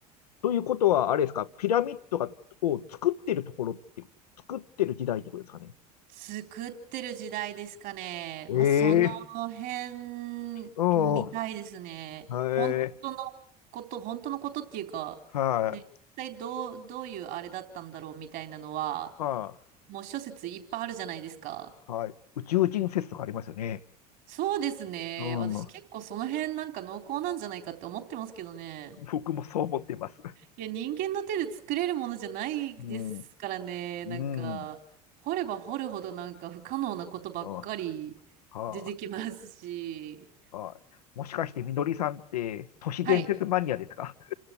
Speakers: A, on the left; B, on the right.
A: ということは、あれですか、ピラミッドがを作ってるところって、作ってる時代ってことですかね。
B: 作ってる時代ですかね。
A: ええ
B: まあ、その辺みたいですね。
A: うん。はい。
B: 本当のこと、本当のことっていうか、
A: はい。
B: ね、一体どう、どういうあれだったんだろうみたいなのは、
A: は
B: もう諸説いっぱいあるじゃないですか。
A: い。はい。宇宙人説とかありますよね。
B: そうですね。
A: うん。
B: 私結構その辺なんか濃厚なんじゃないかって思ってますけどね。
A: うん。僕もそう思ってます。
B: いや、人間の手で作れるものじゃないですからね。
A: うん。
B: なんか、
A: うん。
B: 掘れば掘るほどなんか不可能なことばっかり出てきますし。
A: うんはあ、はあ、もしかしてみのりさんって都市伝説マニアですか、
B: はい。